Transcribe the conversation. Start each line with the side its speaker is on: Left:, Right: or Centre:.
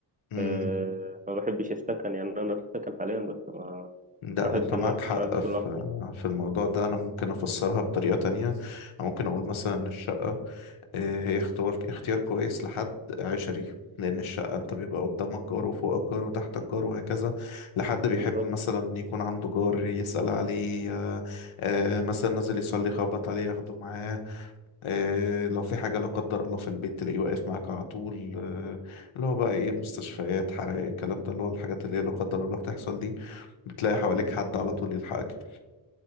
Left: امم
Right: آه، ما بحبش السكن يعني أنا في سكن حاليا بس
Left: لا
Right: بحب
Left: انت معاك
Right: ان انا اكون
Left: حق
Right: عازف
Left: في
Right: لوحدي
Left: في الموضوع ده انا ممكن افسرها بطريقة تانية انا ممكن اقول مثلا إن الشقة إيه، هي اختيار اختيار كويس لحد عشري لأن الشقة أنت بيبقى قدامك جار وفوقك جار وتحتك جار وهكذا لحد بيحب
Right: بالظبط
Left: مثلا يكون عنده جار يسأل عليه آه، آه، مثلا نازل يصلي يخبط عليه ياخده معاه آه، لو في حاجة لا قدر الله في البيت تلاقيه واقف معاك على طول آه، اللي هو بقى إيه المستشفيات حرائق الكلام ده اللي هو الحاجات اللي هي لا قدر الله بتحصل دي بتلاقي حواليك حد على طول يلحقك